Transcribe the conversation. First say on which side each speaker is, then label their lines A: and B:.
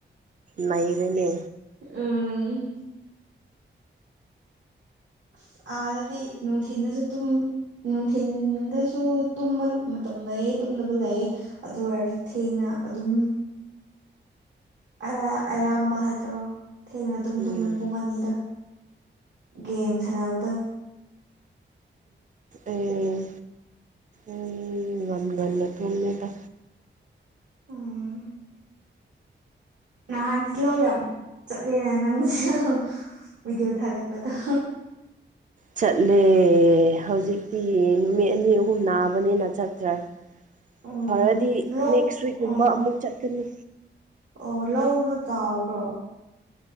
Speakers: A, on the right; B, on the right.
A: ꯅꯩꯔꯦꯅꯦ
B: ꯎꯝ ꯑꯁ ꯑꯥꯗꯗꯤ ꯅꯨꯡꯊꯤꯟꯗꯁꯨ ꯇꯨꯝ ꯅꯨꯡꯊꯤꯟꯗꯁꯨ ꯇꯨꯝꯕ ꯃꯇꯝ ꯂꯩꯌꯦ ꯇꯨꯝꯗꯕ ꯂꯩꯌꯦ ꯑꯗꯨ ꯑꯣꯏꯔꯁꯨ ꯊꯦꯡꯅ ꯑꯗꯨꯝ ꯑꯍ ꯑꯌꯥꯝꯕ ꯍꯥꯏꯗ꯭ꯔꯣ ꯊꯦꯡꯅ ꯑꯗꯨꯝ
A: ꯎꯝ
B: ꯇꯨꯝꯃꯦ ꯄꯨꯡ ꯑꯅꯤꯗ ꯒꯦꯝ ꯁꯥꯟꯅꯕꯗꯣ
A: ꯎꯝ <unintelligible> ꯉꯟ ꯉꯟꯅ ꯇꯨꯝꯃꯦꯗ
B: ꯎꯝ ꯅꯍꯥꯟꯗꯤ ꯂꯧ ꯌꯥꯝ ꯆꯠꯂꯦꯅ ꯅꯪꯖꯨ ꯚꯤꯗꯤꯑꯣ ꯊꯥꯒꯠꯄꯗꯣ
A: ꯆꯠꯂꯦ ꯍꯧꯖꯤꯛꯇꯤ ꯅꯨꯃꯤꯠ ꯑꯅꯤ ꯑꯍꯨꯝ ꯅꯥꯕꯅꯤꯅ ꯆꯠꯇ꯭ꯔꯦ
B: ꯎꯝ
A: ꯐꯔꯗꯤ
B: ꯂꯧ
A: ꯅꯦꯛꯁ ꯋꯤꯛ ꯀꯨꯝꯕ
B: ꯑꯣ
A: ꯑꯃꯨꯛ ꯆꯠꯀꯅꯤ
B: ꯑꯣ ꯂꯧꯗꯨ ꯆꯥꯎꯕ꯭ꯔꯣ